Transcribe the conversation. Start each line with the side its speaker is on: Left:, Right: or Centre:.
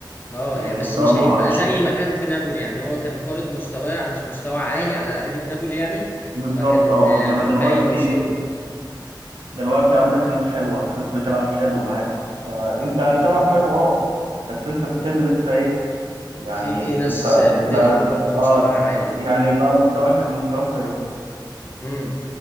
Left: اه
Right: يعني
Left: يعني
Right: مستواه
Left: بس مش
Right: ما
Left: هيبقى
Right: وقعش
Left: زي ما كان في نابولي يعني هو كان فارض مستواه علشان مستوى عالي على لعيبة نابولي يعني
Right: بالظبط
Left: فكان
Right: اه
Left: آه،
Right: انما دلوقتي
Left: باين وسطهم
Right: دلوقتي عندك ناس حلوة ناس بتلعب حلو معاك فأنت بتلعب
Left: امم
Right: حلو اه بس أنت ستيل لسه إيه يعني
Left: في في ناس
Right: أنت
Left: آه، بتلعب
Right: بقى
Left: برضه
Right: اه
Left: مستواها عالي
Right: يعني بقى مستواك مستواك زيهم
Left: امم